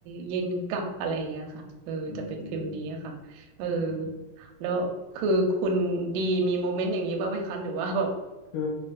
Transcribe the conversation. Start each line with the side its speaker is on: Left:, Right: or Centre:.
Right: เย็นกลับอะไรอย่างเงี้ยค่ะเออจะเป็นฟิลนี้อะค่ะเออ
Left: อืมอืมอืมอืมอืมอืม
Right: แล้วคือคุณดีมีโมเมนต์อย่างนี้บ้างไหมคะหรือว่าแบบ
Left: คือ